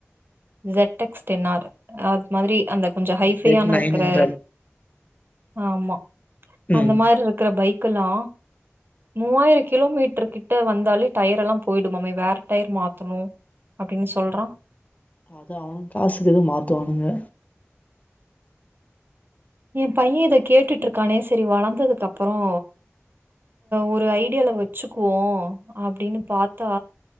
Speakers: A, on the right; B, on the left.
A: ஜெக்டஸ் டென் ஆர் அது மாதிரி அந்த கொஞ்சோ ஹைபையான
B: செட் நைன்
A: இருக்குற
B: ஹண்ட்ரட்
A: ஆமா
B: ம்
A: அந்த மாதிரி இருக்கிற பைக்கலா மூவாயிரோ கிலோமீட்டருக்கு கிட்ட வந்தாலே டயர் எல்லா போயிடுமாமே வேற டயர் மாத்தணு அப்டின்னு சொல்றா
B: அது அவனு காசுக்கு ஏது மாத்துவானுங்க
A: எ பைய இத கேட்டிட்டு இருக்கானே செரி வளர்ந்ததுக்கப்பறோ ஒரு ஐடியால வச்சிக்குவோ அப்டின்னு பாத்தா